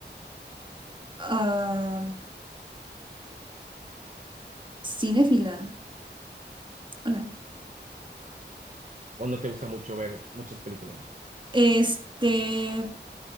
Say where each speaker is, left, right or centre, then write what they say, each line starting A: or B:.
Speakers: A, on the right; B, on the right.
A: Ah, Cinéfila. Hola.
B: ¿O no te gusta mucho ver muchas películas?
A: Este.